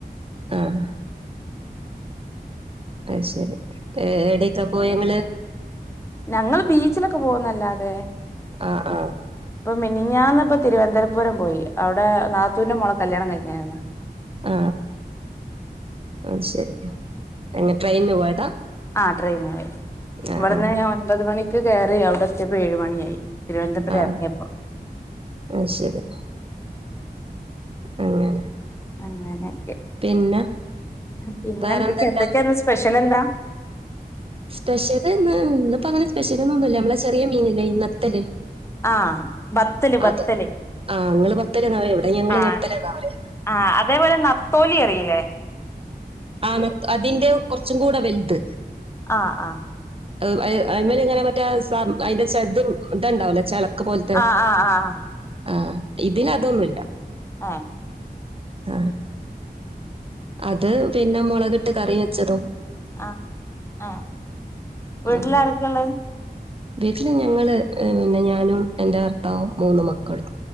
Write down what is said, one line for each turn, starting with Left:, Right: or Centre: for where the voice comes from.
Right: ആഹ് അത് ശരി എവിടേക്കാ പോയനിങ്ങള്
Left: ഞങ്ങൾ ബീച്ചിലൊക്കെ പോകുംന്നല്ലാതെ
Right: അ ആ
Left: മിനിഞാന്ന്പ്പോ തിരുവനന്തരപുരം പോയി അവ്ടെ നാത്തൂന്റെ മോളെ കല്യാണം കഴിഞ്ഞേന്നു
Right: ആ അയ്ശെരി എങ്ങ ട്രെയിന് പോയതാ
Left: ആ ട്രെയിനോയെ
Right: ആഹ്
Left: ഇവട്ന്ന്
Right: ആഹ്
Left: ഞാ ഒൻപത് മണിക്ക് കെയറി അവ്ടെത്തിയപ്പോ ഏഴ് മണിയായി. തിരുവനന്തപുരം
Right: ആഹ്
Left: എറങ്ങിയപ്പോ
Right: അത് ശരി അങ്ങനെ
Left: അങ്ങനെക്കെ
Right: പിന്നെ
Left: പിന്നെന്തെക്കെ
Right: വേറെന്തെല്ലാം?
Left: എന്തൊക്കെയിന്ന് സ്പെഷ്യ ലന്താ?
Right: സ്പെഷ്യല്ന്ന് ഇന്ന്പ്പങ്ങനെ സ്പെഷ്യല്ന്നൊന്നുല്ല ഞ്ഞമ്മളെ ചെറിയ മീന്ല്ലേ ഈ നത്തല്.
Left: ആഹ ബത്തല് ബത്തല്
Right: അത് ആഹ് ഇങ്ങള് ബത്തല്ന്നാ പറയാ. ഇവിടെ ഞങ്ങള്
Left: ആ
Right: നത്തല്ന്നാ പറയാ.
Left: ആ അതേപോലെ നത്തോലിയറീല്ലേ?
Right: ആ നത്തോ അതിന്റെ കൊറച്ചും കൂടെ വെൽത്
Left: ആ ആ
Right: അഹ് അയ്അയ്മെല്ങ്ങനെ മറ്റേ ആ സ <unintelligible> അയിന്റെ ച <unintelligible> ണ്ടാവൂല്ലേ? ചെല ക്ക്പോൽത്തെ
Left: ആഹ് ആഹ്
Right: ആ ഇതിനതൊന്നുല്ല.
Left: ആ
Right: ഹ അത് പിന്നെ മൊളക്‌ട്ട് കറിവെച്ചതും
Left: ഹ ആ വീട്ടില്
Right: ഉം.
Left: ആരൊക്കെള്ളെ?
Right: വീട്ടില് ഞങ്ങള് ഹ് പിന്നെ ഞാനും എന്റെ ഭർത്താവും മൂന്ന് മക്കളും.